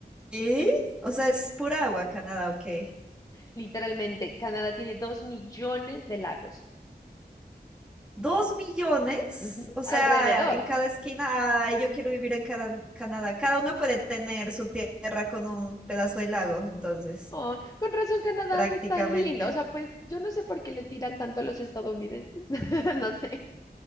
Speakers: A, in the centre; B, on the left (about 20°).
A: ¿Qué? O sea, ¿es pura agua Canadá o qué?
B: Literalmente, Canadá tiene dos millones de lagos
A: Dos millones,
B: Ujú,
A: o sea,
B: alrededor.
A: en cada esquina, ay, yo quiero vivir en cada, Canadá. Cada uno puede tener su tierra con un pedazo de lago, entonces,
B: Ay, con razón, Canadá
A: prácticamente.
B: es tan lindo. O sea, pues yo no sé por qué le tiran tanto a los estadounidenses, <laughs> no sé,